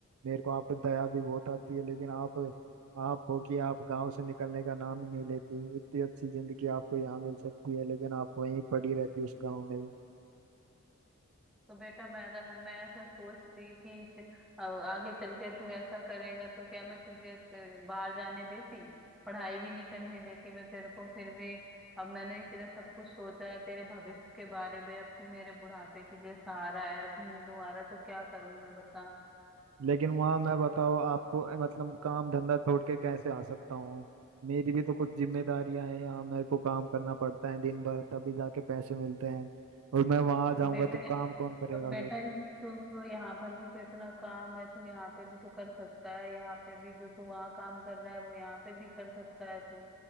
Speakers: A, on the right; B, in the centre.
A: मेरे को आप पे दया भी बहुत आती है लेकिन आप आप हो कि आप गांव से निकलने का नाम ही नहीं लेती इतनी अच्छी जिंदगी आपको यहाँ मिल सकती है लेकिन आप वहीं पड़ी रहती उस गांव में ही।
B: तो बेटा मैं अगर हम मैं ऐसा सोचती कि च- अ, आगे चल के तू ऐसा करेगा तो क्या मैं तुझे अ, बाहर जाने देती पढ़ाई भी नहीं करने देती मैं तेरे को फिर भी अब मैंने तेरा सब कुछ सोचा है तेरे भविष्य के बारे में अब तू मेरे बुढ़ापे के लिए सहारा है अभी नहीं तुम्हारा तो क्या करूं मैं बता
A: लेकिन वहां मैं बताओ आपको अ, मतलब काम धंधा छोड़ के कैसे आ सकता हूँ मेरी भी तो कुछ जिम्मेदारियां हैं यहाँ मेरे को काम करना पड़ता है दिन भर तभी जाके पैसे मिलते हैं और मैं वहां जाऊंगा
B: तो बेटा
A: तो काम कौन करेगा
B: अब बेटा
A: फिर
B: इस- तो, तो यहाँ पर भी तो इतना काम है तू यहाँ पे भी तो कर सकता है यहाँ पे भी जो तू वहाँ काम कर रहा है वो यहाँ पे भी कर सकता है तू